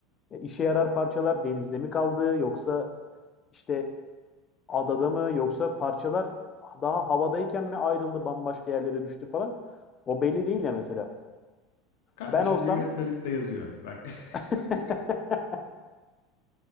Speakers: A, on the left (about 30°); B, on the left (about 75°).
A: E, işe yarar parçalar denizde mi kaldı yoksa işte adada mı yoksa parçalar daha havadayken mi ayrıldı bambaşka yerlere düştü falan. O belli değil ya mesela.
B: Kardeşim
A: Ben olsam
B: yönetmelikte yazıyor. Bak <laughs>
A: <laughs>